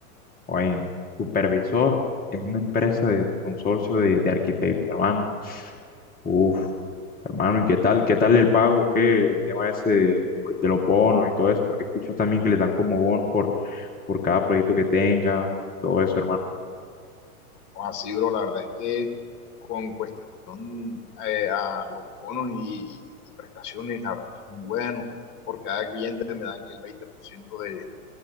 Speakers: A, on the left; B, on the left.
A: Oye, supervisor en una empresa de consorcio de, de arquitectos, hermano. Uf, hermano, ¿y qué tal? ¿Qué tal el pago? ¿Qué? El tema ese pues, de los bonos y todo eso, porque escucho también que le dan como bonos por, por cada proyecto que tengan, todo eso, hermano.
B: O así, bro, la verdad es que con cuestión eh, a los bonos y, y prestaciones, la verdad es que es muy bueno. Por cada cliente me dan el 20% de,